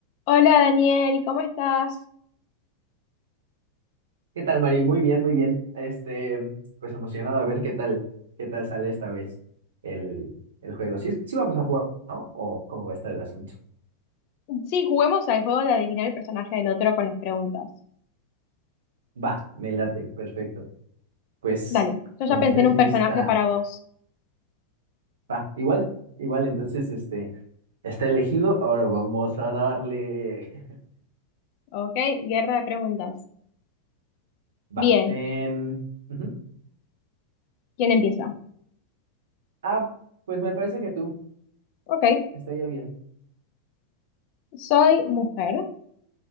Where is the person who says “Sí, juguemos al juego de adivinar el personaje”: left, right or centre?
Left